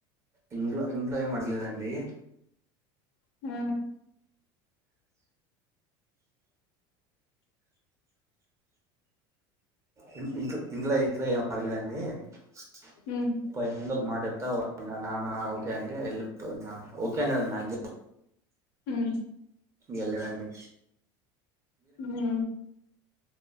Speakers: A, on the right; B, on the left.
A: ఇంట్లో ఇంట్లో ఏమి అడగలేదండి
B: మ్
A: ఇ ఇంట్ ఇన్ ఇ ఏం మరగదండి ఇ
B: ఉమ్
A: ఏ ముందు ఒక మాట చెప్తా నాన్న ఓకే అంటే హెల్ప్ <unintelligible>
B: హ్ము
A: ఏళ్ళదండి
B: హూ